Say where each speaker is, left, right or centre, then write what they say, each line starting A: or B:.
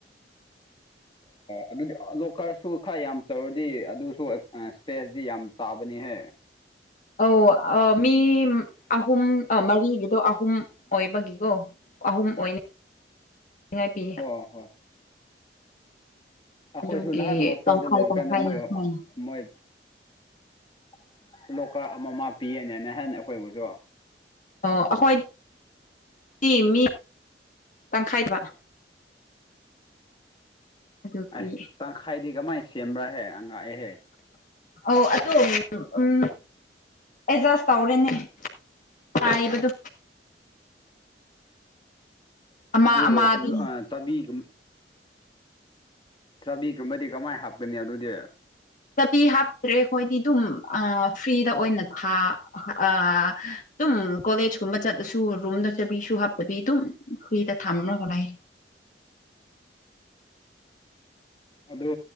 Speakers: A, on the left; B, on the left.
A: ꯑꯗꯨꯗꯤ ꯂꯣꯀꯔꯁꯨ ꯈꯔ ꯌꯥꯝ ꯆꯥꯎꯧꯔꯗꯤ ꯑꯗꯨꯁꯨ ꯁ꯭ꯄꯦꯁꯇꯤ ꯌꯥꯝ ꯆꯥꯕꯅꯤꯍꯦ
B: ꯑꯧ ꯃꯤ ꯑꯍꯨꯝ ꯃꯔꯤꯒꯤꯗꯣ ꯑꯍꯨꯝ ꯑꯣꯏꯕꯒꯤꯀꯣ ꯑꯍꯨꯝ ꯑꯣꯏꯅꯤ <unintelligible> ꯉꯥꯏꯄꯤ
A: ꯍꯣꯏ ꯍꯣꯏ ꯑꯩꯈꯣꯏꯁꯨ
B: ꯑꯗꯨꯒꯤ
A: ꯅꯍꯥꯟ ꯍꯣꯁꯇꯦꯜꯗ
B: ꯇꯪꯈꯥꯏ
A: ꯂꯩꯕ
B: ꯇꯪꯈꯥꯏ
A: ꯀꯥꯟꯗ ꯃꯣꯏ
B: ꯁꯨꯃꯥꯏꯅ
A: ꯑ ꯃꯣꯏ <unintelligible> ꯂꯣꯀꯔ ꯑꯃꯃꯝ ꯄꯤꯌꯦꯅꯦ ꯅꯍꯦꯟ ꯑꯩꯈꯣꯏꯕꯨꯁꯨ
B: ꯑꯣ ꯑꯩꯈꯣꯏ <unintelligible> ꯃꯤ <unintelligible> ꯇꯪꯈꯥꯏꯗ ꯑꯗꯨꯀꯤ
A: ꯑꯦ ꯇꯪꯈꯥꯏꯗꯤ ꯀꯃꯥꯏ ꯁꯦꯝꯕ꯭ꯔꯥꯍꯦ ꯑꯉꯥꯛꯑꯦꯍꯦ꯫
B: ꯑꯣ ꯑꯗꯨ ꯎꯝ ꯑꯦꯖꯁ ꯇꯧꯔꯦꯅꯦ꯫ ꯄꯥꯏꯕꯗꯨ꯫ ꯑꯃ
A: ꯑꯗꯣ
B: ꯑꯃꯗꯤ
A: ꯂꫭ ꯑ ꯆꯥꯕꯤꯒꯨꯝ ꯆꯥꯕꯤꯒꯨꯝꯕꯗꯤ ꯀꯃꯥꯏ ꯍꯥꯞꯀꯅꯤ ꯑꯗꯨꯗꯤ꯫
B: ꯆꯕꯤ ꯍꯥꯞꯇ꯭ꯔꯦ ꯍꯣꯏꯗꯤ ꯑꯗꯨꯝ ꯑꯥ ꯐ꯭ꯔꯤꯗ ꯑꯣꯏꯅ ꯊꯥ ꯑꯥ ꯑꯗꯨꯝ ꯀꯣꯂꯦꯖ ꯀꯨꯝꯕ ꯆꯠꯂꯁꯨ ꯔꯨꯝꯗ ꯆꯕꯤꯁꯨ ꯍꯥꯞꯇꯕꯤ ꯑꯗꯨꯝ ꯐ꯭ꯔꯤꯗ ꯊꯝꯔꯒ ꯂꯩ꯫
A: ꯑꯗꯨ